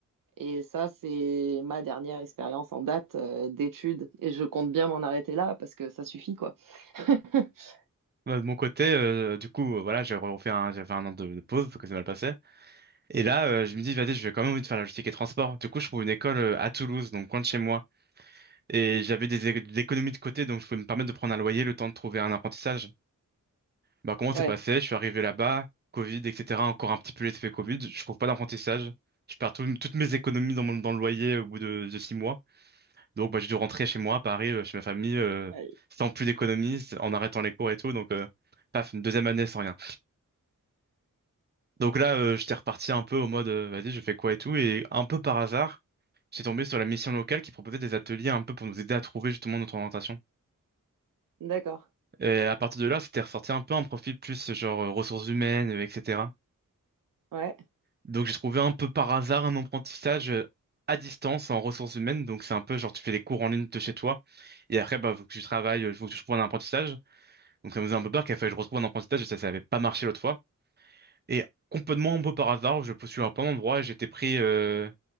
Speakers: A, on the right; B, on the right.
A: et ça, c'est ma dernière expérience en date euh, d'études. Et je compte bien m'en arrêter là parce que ça suffit, quoi. <laughs>
B: Bah, de mon côté, euh, du coup, euh, voilà, j'ai refait un, j'ai fait un an de, de pause parce que c'est mal passé. Et là, euh, je me dis, vas-y, je vais quand même envie de faire la logistique et transport. Du coup, je trouve une école euh, à Toulouse, donc loin de chez moi. Et j'avais des, é- des économies de côté, donc je pouvais me permettre de prendre un loyer le temps de trouver un apprentissage. Bah, comment c'est
A: Ouais.
B: passé? Je suis arrivé là-bas, Covid, etc. Encore un petit peu les effets Covid. Je trouve pas d'apprentissage. Je perds tout- toutes mes économies dans mon, dans le loyer au bout de, de six mois. Donc, bah, j'ai dû rentrer chez moi, à Paris, euh, chez ma famille, euh,
A: Ouais.
B: sans plus d'économies, en arrêtant les cours et tout. Donc, euh, paf, une deuxième année sans rien. Donc là, euh, j'étais reparti un peu au mode, euh, vas-y, je fais quoi et tout. Et un peu par hasard, j'ai tombé sur la mission locale qui proposait des ateliers un peu pour nous aider à trouver justement notre orientation.
A: D'accord.
B: Et à partir de là, c'était ressorti un peu un profil plus euh, genre euh, ressources humaines, euh, etc.
A: Ouais.
B: Donc j'ai trouvé un peu par hasard un apprentissage euh, à distance en ressources humaines. Donc c'est un peu genre tu fais des cours en ligne de chez toi. Et après, bah, faut que je travaille, il faut que je trouve un apprentissage. Donc ça me faisait un peu peur qu'il fallait que je retrouve un apprentissage et ça, ça avait pas marché l'autre fois. Et complètement un peu par hasard, je postule à plein d'endroits et j'étais pris. euh,